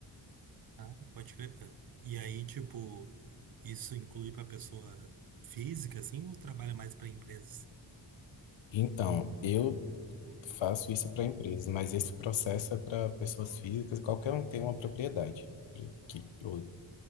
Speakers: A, on the right; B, on the left.
A: Ah, pode crer, cara. E aí, tipo, isso inclui pra pessoa física, assim, ou trabalha mais pra empresas?
B: Então, eu faço isso para empresas, mas esse processo é para pessoas físicas, qualquer um que tem uma propriedade, que, ou,